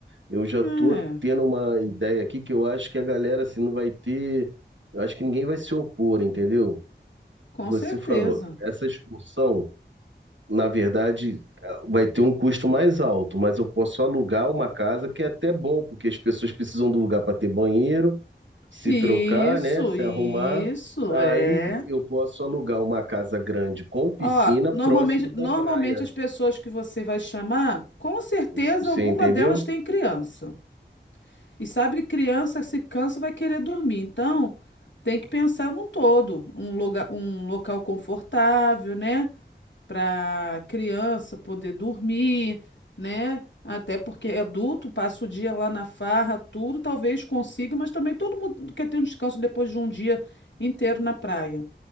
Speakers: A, on the right; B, on the left.
A: eu já
B: É,
A: tô tendo uma ideia aqui que eu acho que a galera, assim, não vai ter, eu acho que ninguém vai se opor, entendeu?
B: com
A: Você
B: certeza.
A: falou, essa excursão. na verdade, ah, vai ter um custo mais alto, mas eu posso alugar uma casa que é até bom, porque as pessoas precisam do lugar para ter banheiro, se
B: Isso,
A: trocar, né, se
B: isso,
A: arrumar. Aí
B: é.
A: eu posso alugar uma casa grande com piscina
B: Ó, normalmente,
A: próximo
B: normalmente
A: da praia.
B: as pessoas que você vai chamar, com certeza
A: Você você
B: alguma
A: entendeu?
B: delas tem criança. E sabe, criança se cansa vai querer dormir. Então, tem que pensar num todo, um lugar, um local confortável, né, para criança poder dormir, né? Até porque é adulto passa o dia lá na farra, tudo, talvez consiga, mas também todo mundo quer ter um descanso depois de um dia inteiro na praia.